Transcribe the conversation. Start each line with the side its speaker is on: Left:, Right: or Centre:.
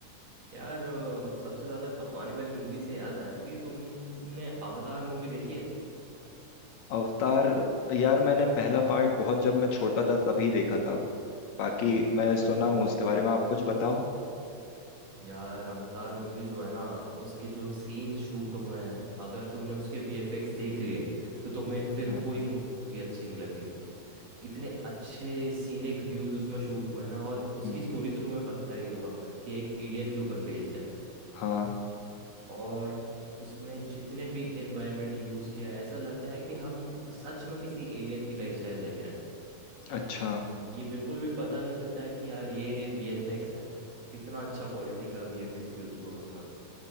Right: यार अ, सबसे ज्यादा कमाने वाली मूवी से याद आया कि तुमने अवतार मूवी देखी है
Left: अवतार यार मैंने पहला पार्ट बहुत जब मैं छोटा था तभी देखा था बाकी मैं
Right: हम्म
Left: सुना
Right: हम्म हम्म
Left: हूँ उसके बारे में आप कुछ बताओ
Right: यार अवतार मूवी जो है ना उसके जो सीन्स शूट हुए हैं अगर तुमने उसके वीएफएक्स देख लिए तो तुम्हें
Left: अच्छा
Right: फिर कोई मूवी अच्छी नहीं लगेगी इतने अच्छे सीनिक व्यूज उसमें शूट हुए हैं ना और उसकी
Left: हम्म,
Right: स्टोरी तो तुम्हें पता ही होगा कि एक एलियन के ऊपर बेस्ड है
Left: हाँ
Right: और उसमें जितने भी एनवायरनमेंट यूज किया है ऐसा लगता है कि हम सच में किसी एलियन की लाइफस्टाइल देख रहे हैं
Left: अच्छा
Right: ये बिल्कुल भी पता नहीं चलता है कि यार ये वीएफएक्स है इतना अच्छा क्वालिटी का वीएफएक्स यूज हुआ उसमें